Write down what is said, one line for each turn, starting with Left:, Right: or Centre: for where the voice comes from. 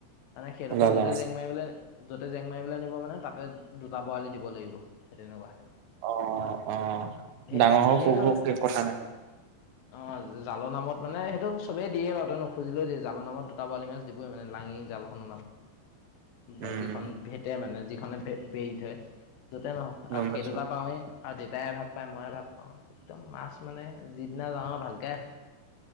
Left: মানে সেইডখন
Right: ওলালে
Left: য'তে জেং মাৰিবলৈ য'তে জেং মাৰিবলৈ নিব মানে তাতে দুটা বৰালি দিব লাগিব। সেই তেনেকুৱা।
Right: অ', অ',
Left: ধেৰ
Right: ডাঙৰ হওঁক
Left: ধেৰ
Right: সৰু
Left: খালো
Right: হওঁক
Left: তেনেকে
Right: কথা নাই।
Left: অ জালৰ নামত মানে সেইটো চবেই দিয়ে বাৰু তই নুখুজিলে দিয়ে জালৰ নামত দুটা বৰালি মাছ দিবই মানে। লাঙি জালখন
Right: উম
Left: বা যিখন ভেটে মানে যিখনে বেৰি থয় যতে নহওক
Right: গম
Left: আৰু
Right: পাইছো
Left: সেই দুটা পাওঁৱেই আৰু দেউতাইে ভাগ পায় ময়ে ভাগ পাওঁ নাই একদম মাছ মানে যিদিনা যাওঁ ভালকে আহে